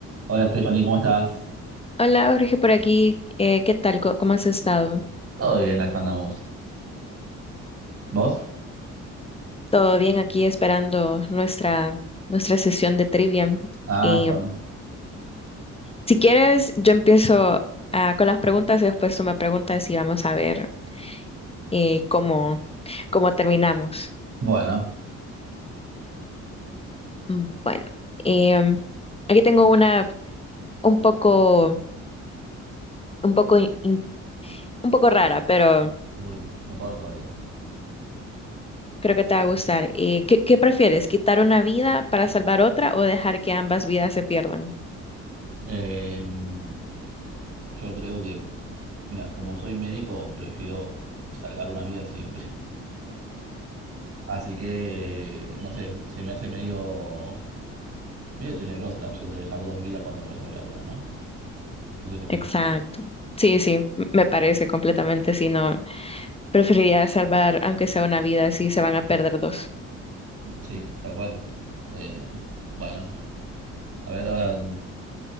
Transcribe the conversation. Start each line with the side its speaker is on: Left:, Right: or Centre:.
Right: Hola Stephanie, ¿cómo estás?
Left: Hola Jorge, por aquí. Eh, ¿qué tal? Co- ¿Cómo has estado?
Right: Todo bien, acá andamos. ¿Vos?
Left: Todo bien aquí esperando nuestra, nuestra sesión de trivia.
Right: Ah,
Left: Y,
Right: yo también.
Left: si quieres, yo empiezo ah, con las preguntas y después tú me preguntas y vamos a ver eh, cómo, cómo terminamos.
Right: Bueno,
Left: Mm, Bueno, em, aquí tengo una un poco, un poco, in- in- un poco rara, pero
Right: voy mejor todavía.
Left: creo que te va a gustar. Eh, ¿qué, qué prefieres? ¿Quitar una vida para salvar otra o dejar que ambas vidas se pierdan?
Right: Em, yo creo que, mira, como soy médico, prefiero salvar una vida siempre. <laughs> Así que, no sé, se me hace medio, medio tenebrosa la opción de dejar dos vidas cuando puedes salvar una, ¿no? No sé qué opinas.
Left: Exacto. Sí, sí, m- me parece completamente, si no, preferiría salvar, aunque sea una vida, si se van a perder dos.
Right: Sí, tal cual. Eh, bueno, a ver, ahora